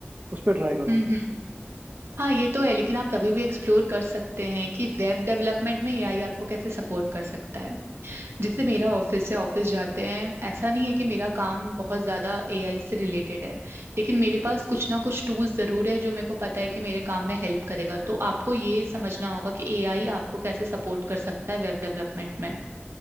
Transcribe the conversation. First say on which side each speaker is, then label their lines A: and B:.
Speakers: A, on the right; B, on the right.
A: उस पर ट्राई करूँ
B: हम्म हम्म। हाँ ये तो है लेकिन आप तभी भी एक्सप्लोर कर सकते हैं कि वेब डेवलपमेंट में एआई आपको कैसे सपोर्ट कर सकता है जैसे मेरा ऑफिस है ऑफिस जाते हैं ऐसा नहीं है कि मेरा काम बहुत ज्यादा एआई से रिलेटेड है लेकिन मेरे पास कुछ ना कुछ टूल्स जरूर है जो मेरे को पता है कि मेरे काम में हेल्प करेगा तो आपको ये समझना होगा कि एआई आपको कैसे सपोर्ट कर सकता है वेब डेवलपमेंट में